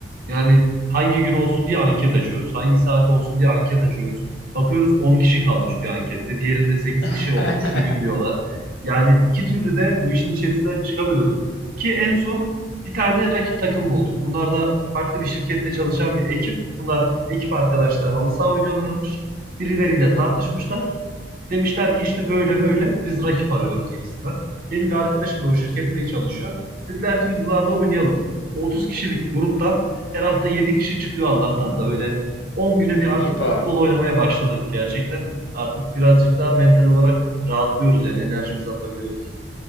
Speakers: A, on the right (about 55°); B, on the left (about 85°).
A: Yani hangi gün olsun diye anket açıyoruz. Hangi saat olsun diye anket açıyoruz. Bakıyoruz 10 kişi kalmış bir ankette. Diğerinde 8
B: <laughs>
A: kişi olmuş. Şu gün diyorlar. Yani iki türlü de bu işin içerisinden çıkamıyorduk. Ki en son bir tane rakip takım bulduk. Bunlar da farklı bir şirkette çalışan bir ekip. Bunlar ekip arkadaşları halı saha oynuyorlarmış. Birileriyle tartışmışlar. Demişler ki işte böyle böyle biz rakip arıyoruz gibisinden. Benim bir arkadaşım da o şirkette çalışıyor. Dediler ki biz bunlarla oynayalım mı? O 30 kişilik gruptan her hafta 7 kişi çıkıyor Allah'tan da böyle 10 güne bir
B: İyi
A: artık
B: bari.
A: futbol oynamaya başladık gerçekten. Artık birazcık daha mental olarak rahatlıyoruz yani enerjimizi atabiliyoruz.